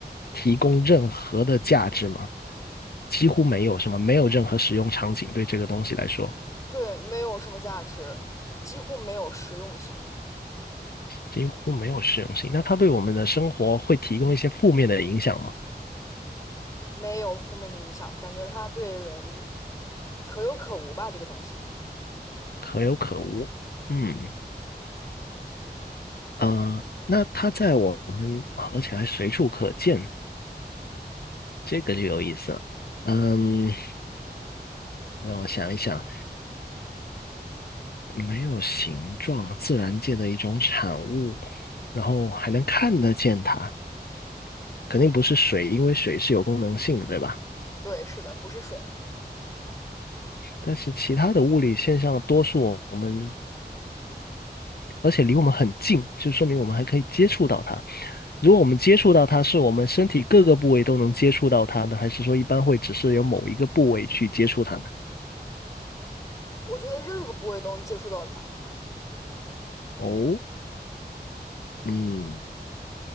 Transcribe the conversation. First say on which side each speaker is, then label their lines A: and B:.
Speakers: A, on the left; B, on the left.
A: 提供任何的价值吗？几乎没有什么，没有任何使用场景对这个东西来说，
B: 对，没有什么价值，几乎没有实用性，
A: 几乎没有实用性。那它对我们的生活会提供一些负面的影响吗？
B: 没有负面的影响，感觉它对人可有可无吧，这个东西。
A: 可有可无。嗯，啊，那它在我们，而且还随处可见，这个就有意思了。嗯，让我想一想，没有形状，自然界的一种产物，然后还能看得见它，肯定不是水，因为水是有功能性的，对吧？
B: 对，是的，不是水。
A: 但是其他的物理现象，多数我们，而且离我们很近，就说明我们还可以接触到它。如果我们接触到它，是我们身体各个部位都能接触到它的，还是说一般会只是有某一个部位去接触它呢？
B: 我觉得任何部位都能接触到它，
A: 哦，嗯，